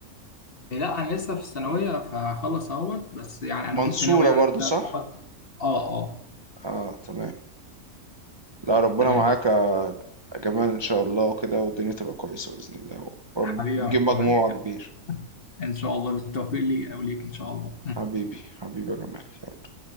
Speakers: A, on the left; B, on the right.
A: لا انا لسه في الثانويه فهخلص اهوت بس يعني
B: منصورة
A: انا كنت ناوي يعني
B: برضو
A: كده
B: صح
A: اه اه
B: اه تمام لا ربنا
A: تمام
B: معاك يا جمال ان شاء الله وكده والدنيا تبقى كويسة بإذن الله ورب
A: حبيبي
B: وتجيب
A: يا
B: مجموعة
A: محمد
B: كبير
A: ان شاء الله بالتوفيق لي او ليك ان شاء الله
B: حبيبي حبيبي يا جمال يلا